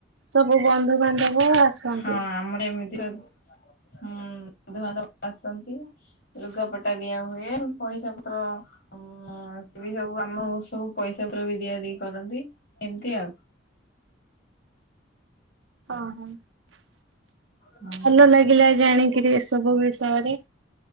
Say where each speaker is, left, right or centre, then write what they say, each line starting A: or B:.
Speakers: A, on the right; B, on the left.
A: ସବୁ ବନ୍ଧୁବାନ୍ଧବ ଆସନ୍ତି।
B: ହଁ ଆମର ଏମିତି। ହୁଁ ବନ୍ଧୁ ବାନ୍ଧବ ଆସନ୍ତି। ଲୁଗାପଟା ଦିଆ ହୁଏ ପଇସା ପତ୍ର ଉ ହଁ ସ ବି ସବୁ ଆମ ସବୁ ପଇସା ପତ୍ର ବି ଦିଆ ଦି କରନ୍ତି ଏମିତି ଆଉ।
A: ହଁ ହଁ।
B: ହଁ
A: ଭଲ ଲାଗିଲା ଜାଣିକିରି ଏସବୁ ବିଷୟରେ।